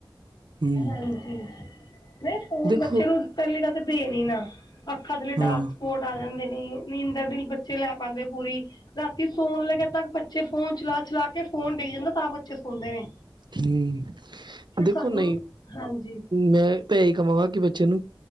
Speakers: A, on the right (about 60°); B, on the left (about 55°).
A: ਹੂੰ
B: ਹਾਂਜੀ ਨਹੀਂ ਫੋਨ
A: ਦੇਖੋ
B: ਬੱਚੇ ਨੂੰ ਪਹਿਲੀ ਗੱਲ ਤੇ ਦੇਣ ਹੀ ਨਾ ਅੱਖਾਂ ਥਲੇ
A: ਹਾਂ
B: ਡਾਕ ਸਪੋਟ ਆ ਜਾਂਦੇ ਨੇ ਨੀਂਦਰ ਵੀ ਨੀ ਬੱਚੇ ਲੈ ਪਾਉਂਦੇ ਪੂਰੀ ਰਾਤੀ ਸੋਣ ਲਗੇ ਤੱਕ ਬੱਚੇ ਫੋਨ ਚਲਾ ਚਲਾ ਕੇ ਫੋਨ ਡਿੱਗ ਜਾਂਦਾ ਤਾਂ ਬੱਚੇ ਸੋਨਦੇ ਨੇ
A: ਹਮ
B: ਫਿਰ
A: ਦੇਖੋ
B: ਸਾਨੂੰ
A: ਨਹੀਂ
B: ਹਾਂਜੀ
A: ਮੈਂ ਤੇ ਏਹੀ ਕਵਾਂਗਾ ਕਿ ਬੱਚੇ ਨੂੰ